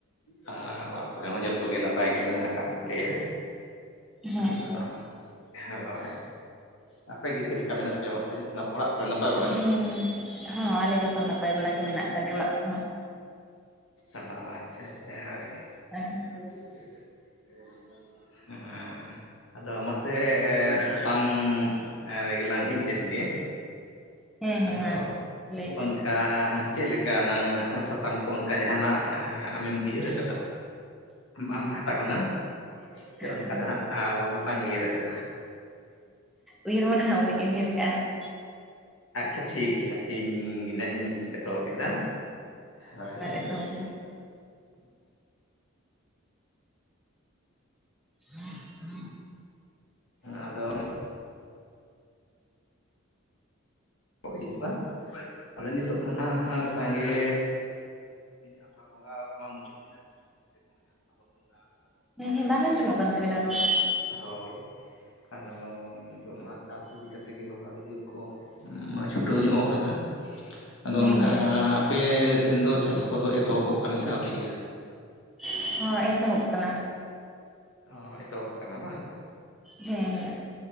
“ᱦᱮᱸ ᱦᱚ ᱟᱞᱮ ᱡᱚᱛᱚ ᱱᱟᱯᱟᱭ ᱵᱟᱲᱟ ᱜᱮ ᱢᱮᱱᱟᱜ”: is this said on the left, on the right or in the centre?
Centre